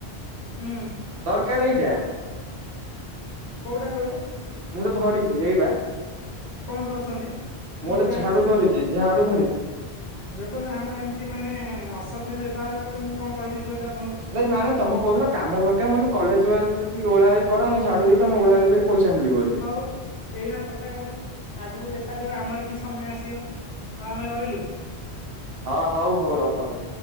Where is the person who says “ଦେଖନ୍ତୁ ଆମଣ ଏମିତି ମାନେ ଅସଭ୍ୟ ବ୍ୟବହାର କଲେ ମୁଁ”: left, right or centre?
Left